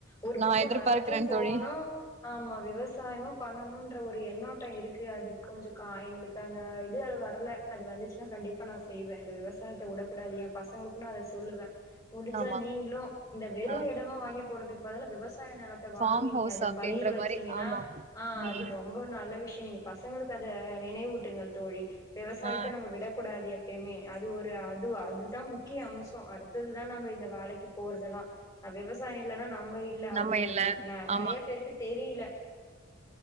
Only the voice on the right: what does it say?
நா
எதிர்பார்க்கிறே
தோழி
ஆமா
ஆ
ஃபார்ம்
ஹவுஸ்
அப்டின்ற
மாரி ஆமா
ம்
ஆ
நம்ம இல்ல
ஆமா